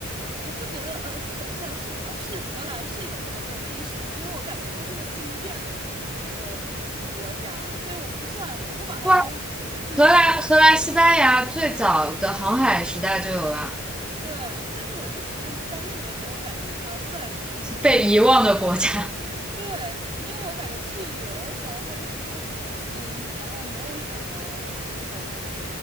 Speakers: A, on the right (about 25°); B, in the centre.
A: 我不觉得，呃，荷的算是吧，是荷兰是有很有历史，因为我感觉它是个新建的城市，呃，国家，所以我不算，我不把它归为那个历史国家
B: 哇，荷兰、荷兰、西班牙最早的航海时代就有了，
A: <laughs> 对，但是我就只是单纯的没有感觉它算是一个
B: 被遗忘的国家。
A: 对，因为我感觉去旅游的时候，它就是一个很新，然后没有什么那种